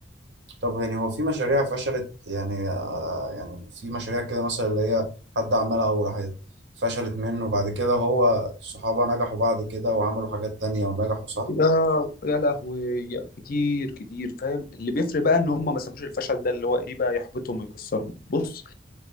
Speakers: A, on the right; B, on the left.
A: طب يعني هو في مشاريع فشلت يعني آه يعني في مشاريع كده مثلا اللي هي حد عملها وراحت فشلت منه وبعد كده هو صحابه نجحوا بعد كده وعملوا حاجات تانية ونجحوا صح؟
B: يا يا لهوي يا كتير كتير فاهم اللي بيفرق بقى ان هم ما سابوش الفشل ده اللي هو ايه بقى يحبطهم ويكسرهم بص